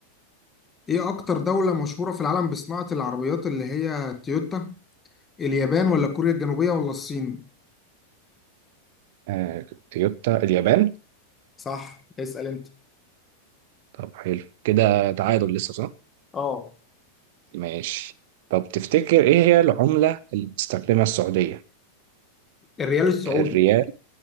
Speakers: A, on the left (about 20°); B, on the right (about 50°).
A: إيه أكتر دولة مشهورة في العالم بصناعة العربيات اللي هي تويوتا اليابان ولا كوريا الجنوبية ولا الصين
B: آه، تويوتا اليابان
A: صح اسأل أنت
B: طب حلو كده تعادل لسه صح
A: اه
B: ماشي طب تفتكر ايه هي العملة اللي بتستخدمها السعودية
A: الريال السعودي
B: الريال